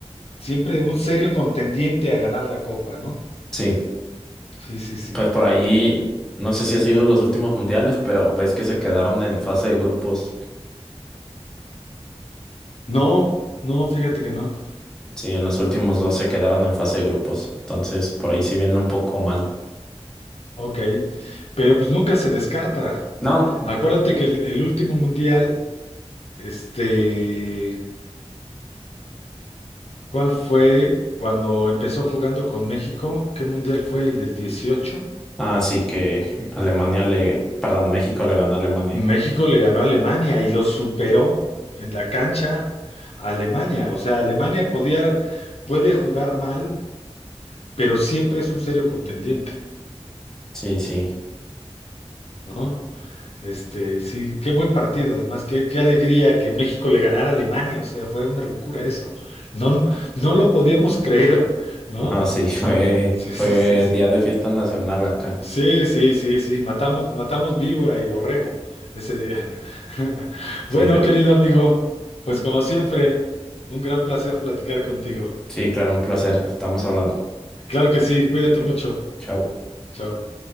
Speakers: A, on the left; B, in the centre.
A: siempre un serio contendiente a ganar la copa, ¿no?
B: Sí,
A: Sí, sí, sí.
B: pues por ahí, no sé si ha sido los últimos mundiales, pero ves que se quedaron en fase de grupos,
A: No, no, fíjate que no.
B: sí, en los últimos dos se quedaron en fase de grupos, entonces por ahí sí viene un poco mal.
A: Ok, pero pues nunca se descarta.
B: No,
A: Acuérdate que el, el último mundial, este, ¿Cuál fue cuando empezó jugando con México? ¿Qué mundial fue el del 18?
B: así que Alemania le, perdón, México le ganó a Alemania.
A: México le ganó a Alemania y lo superó en la cancha a Alemania. O sea, Alemania podía, puede jugar mal, pero siempre es un serio contendiente,
B: Sí, sí.
A: ¿no? Este, sí, qué buen partido, además, qué, qué alegría que México le ganara a Alemania, o sea, fue una locura eso. No, no lo podíamos creer, ¿no?
B: No, sí, <laughs> fue,
A: Sí, sí,
B: fue
A: sí, sí.
B: día de fiesta nacional acá.
A: Sí, sí, sí, sí, matamos, matamos víbora y borrego ese día. <laughs>
B: Sí,
A: Bueno,
B: de-
A: querido amigo, pues como siempre, un gran placer platicar contigo.
B: Sí, claro, un placer. Estamos hablando.
A: Claro que sí, cuídate
B: Eh,
A: mucho.
B: Chao.
A: Chao.